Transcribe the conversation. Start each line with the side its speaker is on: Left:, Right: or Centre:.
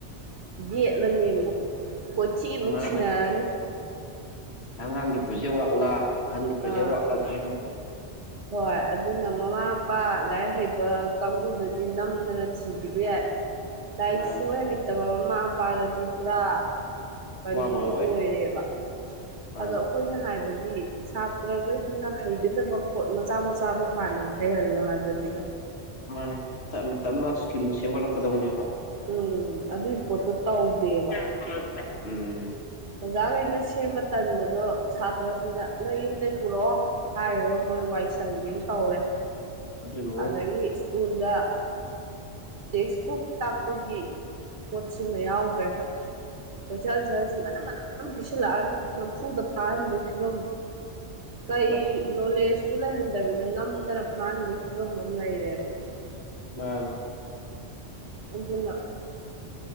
Right: ꯌꯦꯠꯂꯅꯤ ꯑꯃꯨꯛ ꯀꯣꯏꯊꯤ ꯑꯃꯨꯛ
Left: ꯃꯥꯅꯦ
Right: ꯊꯤꯅꯔꯅꯤ
Left: ꯑꯉꯥꯡꯒꯤ ꯄ꯭ꯔꯣꯖꯦꯛ ꯋꯥꯛꯂ ꯑꯍꯟꯒꯤ ꯄ꯭ꯔꯣꯖꯦꯛ
Right: ꯑꯥ
Left: ꯋꯥꯛꯂ ꯈꯪꯗꯦ
Right: ꯍꯣꯏ ꯑꯗꯨꯅ ꯃꯃꯥ ꯃꯄꯥ ꯂꯥꯏꯔꯤꯛ ꯍꯩꯕ ꯀꯥꯡꯕꯨꯗꯗꯤ ꯅꯝꯗꯅ ꯊꯤꯈꯤꯕ ꯌꯥꯏ ꯂꯥꯏꯔꯤꯛ
Left: ꯃꯥꯅꯦ
Right: ꯁꯨꯡꯍꯩ ꯍꯩꯇꯕ ꯃꯃꯥ ꯃꯄꯥꯗꯗꯤ ꯄꯨꯔꯥ ꯀꯩꯅꯣ
Left: ꯋꯥꯕ
Right: ꯑꯃ
Left: ꯑꯣꯏ
Right: ꯑꯣꯏꯔꯦꯕ
Left: ꯃꯥꯅꯦ
Right: ꯑꯗꯣ ꯑꯩꯈꯣꯏꯅ ꯍꯥꯏꯕꯗꯤ ꯁꯥꯇ꯭ꯔꯒꯩꯗꯨꯅ ꯍꯩꯒꯗꯕ ꯄꯣꯠ ꯃꯆꯥ ꯃꯆꯥꯗꯣ ꯍꯥꯟꯅ ꯍꯩꯍꯜꯂꯣ ꯍꯥꯏꯕꯅꯤꯗ
Left: ꯃꯥꯅꯦ ꯇꯞꯅ ꯇꯞꯅ ꯁ꯭ꯀꯤꯜꯗꯣ ꯁꯦꯝꯒꯠꯂꯛꯀꯗꯧꯅꯦꯕ
Right: ꯎꯝ ꯑꯗꯨꯏ ꯄꯣꯠꯇꯣ ꯇꯧꯗꯦꯕ
Left: <inaudible> ꯎꯝ
Right: ꯑꯣꯖꯥꯒꯩꯅ ꯁꯦꯝꯕ ꯇꯟꯕꯗꯣ ꯁꯥꯇ꯭ꯔꯁꯤꯡꯅ ꯅꯣꯏ ꯌꯨꯝꯗꯩꯩ ꯄꯨꯔꯛꯑꯣ ꯍꯥꯏꯔꯒ ꯃꯣꯏ ꯋꯥꯏ ꯁꯪꯕꯤ ꯑꯃ ꯇꯧꯔꯦ
Left: <inaudible> ꯑꯗꯨꯅꯦ
Right: ꯑꯗꯒꯤ ꯁ꯭ꯀꯨꯜꯗ ꯇꯦꯛꯁꯕꯨꯛ ꯇꯥꯛꯄꯒꯤ ꯄꯣꯠꯁꯤꯃ ꯌꯥꯎꯗ꯭ꯔꯦ ꯀꯣꯏꯁꯟ ꯑꯟꯁꯔꯁꯤ ꯃꯅꯝ ꯃꯅꯝ ꯃꯅꯝ ꯄꯤꯁꯤꯜꯂꯛꯑꯅꯤ ꯅꯝꯐꯨꯗ ꯐꯥꯍꯟꯕꯩ ꯐꯤꯚꯝ ꯀꯩ
Left: ꯃꯁꯤ
Right: ꯅꯣꯂꯦꯁꯇꯨ ꯂꯩꯍꯟꯗꯕꯤꯗ ꯅꯝꯗꯅ ꯐꯥꯍꯟꯕꯩ ꯐꯤꯚꯝ ꯑꯃ ꯂꯩꯔꯦꯕ
Left: ꯃꯥꯅꯦ
Right: ꯑꯗꯨꯅ